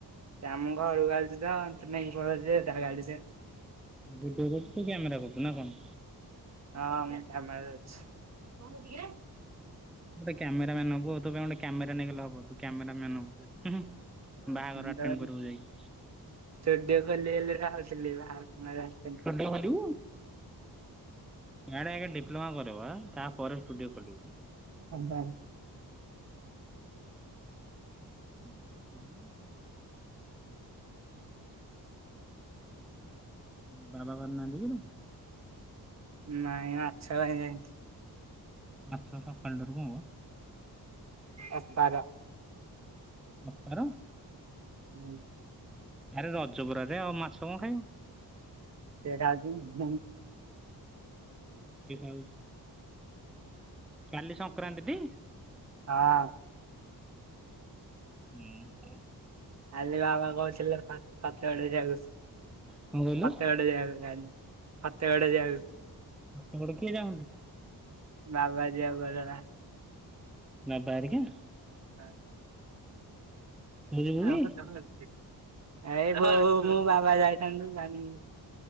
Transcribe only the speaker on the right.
ସେ ଆମ ଘରକୁ ଆଉଚିତ ନେଇକି ପଳଉଚି ତା ଗାଡିରେ।
ହଁ ମୁଁ କ୍ୟାମେରା ଧରୁଚି।
ଭିଡିଓ
ଖୋଲିଲେ <unintelligible>
ହଉ ତାହଲେ।
ନାଇଁ ମାଛପାଇଁ ଯାଇଚି।
ଅପାର
ହୁଁ।
ସେ ଖାଆନ୍ତି ମମି
ହଁ।
କାଲି ବାବା କହୁଥିଲେପା ଫତେଇଗଡ଼ ଯିବାକୁ
ଫତେଇଗଡ଼ ଯିବାକୁ କାଲି ଫତେଇଗଡ଼ ଯିବାକୁ।
ବାବା ଯିବାକୁ କହୁଥିଲା।
ହଁ
ହଁ ଫତେଇଗଡ଼ <unintelligible> ଏ ବୋଉ ମୁଁ ବାବା ଯାଇଥାନ୍ତୁ <unintelligible>